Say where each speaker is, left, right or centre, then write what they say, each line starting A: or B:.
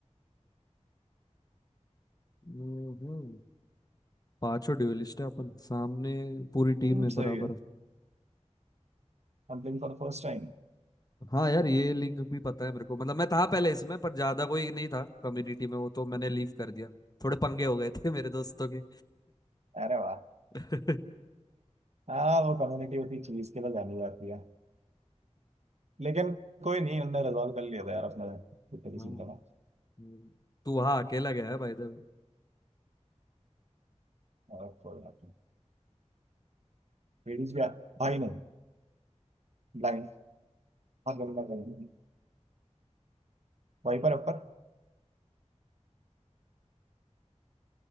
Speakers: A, on the left; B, on the right.
A: हम्म पांचों ड्यूलिस्ट है अपन सामने पूरी टीम
B: हम्म,
A: में बराबर
B: सही है I for first time
A: हाँ यार ये लिंक भी पता है मेरे को मतलब मैं था पहले इसमें पर ज्यादा कोई नहीं था कम्युनिटी में वो तो मैंने लीव कर दिया थोड़े पंगे हो गए थे मेरे दोस्तों के
B: अरे वाह
A: <laughs>
B: हाँ वो कम्युनिटी उसी चीज के लिए जानी जाती है लेकिन कोई नहीं उनने रिजॉल्व कर लिया था यार अपने इतनी
A: हाँ
B: चिंता
A: हम्म।
B: ना
A: तू हाँ अकेला गया है भाई इधर
B: और कोई बात नहीं लेडीज भी आ- भाई नहीं ब्लाइंड हाँ गलना करेंगे वाइपर अपर